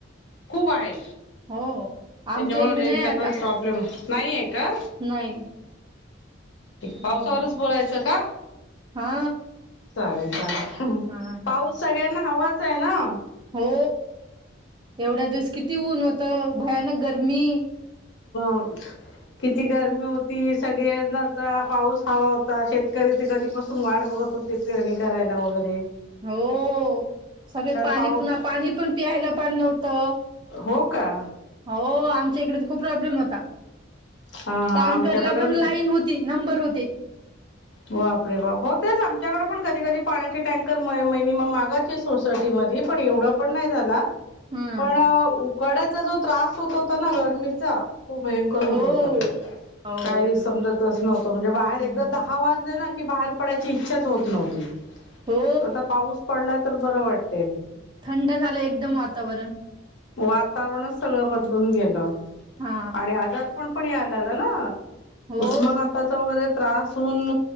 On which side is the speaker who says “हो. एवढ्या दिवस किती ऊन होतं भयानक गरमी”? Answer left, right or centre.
Right